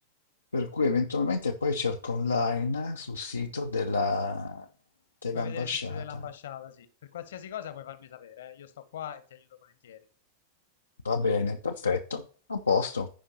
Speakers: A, on the left; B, on the left.
A: Per cui eventualmente poi cerco online sul sito della- dell'ambasciata.
B: Puoi vedere sul sito dell'ambasciata, sì. Per qualsiasi cosa puoi farmi sapere, eh. Io sto qua e ti aiuto volentieri.
A: Va bene, perfetto, a posto.